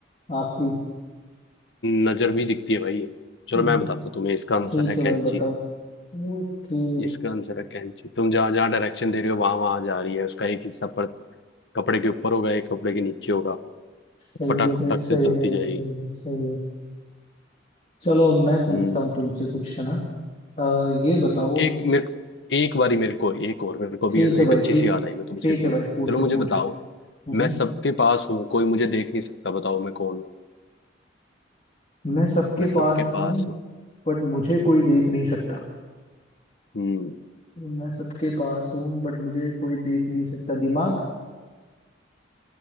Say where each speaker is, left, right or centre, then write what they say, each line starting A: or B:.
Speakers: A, on the left (about 35°); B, on the left (about 70°).
A: आपकी
B: नजर भी दिखती है भाई चलो
A: न-
B: मैं बताता हूँ तुम्हें इसका आंसर
A: ठीक
B: है
A: है
B: कैंची
A: भाई बताओ ओके
B: इसका आंसर है कैंची तुम जहां जहां डायरेक्शन दे रहे हो वहां वहां जा रही है उसका एक हिस्सा पर कपड़े के ऊपर होगा एक कपड़े के नीचे होगा
A: सही
B: फटाक
A: है
B: फटाक
A: भाई सही
B: से चलती
A: है भाई
B: जाएगी
A: सही है सही है चलो अब मैं पूछता
B: हम्म
A: हूँ तुमसे कुछ है ना अ, ये बताओ
B: एक मेरे को एक बारी मेरे को एक और मेरे को
A: ठीक
B: भी
A: है
B: एक
A: भाई
B: अच्छी
A: ठीक
B: सी याद आई मैं तुमसे
A: ठीक
B: एक और
A: है भाई
B: पूछ-
A: पूछो
B: चलो मुझे
A: पूछो
B: बताओ
A: हम्म
B: मैं सबके पास हूँ कोई मुझे देख नहीं सकता बताओ मैं कौन हूँ
A: मैं सबके
B: मैं सबके
A: पास
B: पास
A: हूँ
B: हूँ
A: बट मुझे कोई देख नहीं सकता
B: हम्म
A: मैं सबके पास हूँ बट मुझे कोई देख नहीं सकता दिमाग